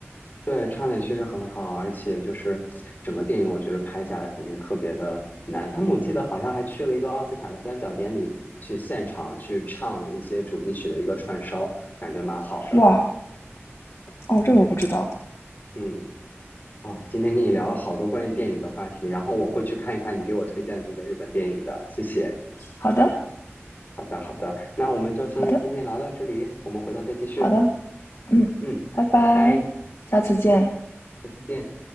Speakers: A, on the left; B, on the left.
A: 对唱的也确实很好，而且就是整个电影，我觉得拍下来肯定特别的难。他们我记得好像还去了一个奥斯卡的颁奖典礼，去现场去唱一些主题曲的一个串烧，感觉蛮好的。
B: 哇，哦，这个我不知道。
A: 嗯，啊，今天跟你聊了好多关于电影的话题，然后我会去看一看你给我推荐的那个日本电影的，谢谢。
B: 好的，
A: 好的，好的，那我们就先今天聊到这里，
B: 好的，
A: 我们回头再继续。
B: 好的，嗯，
A: 嗯，
B: 拜拜，
A: 拜拜，
B: 下次见。
A: 下次见。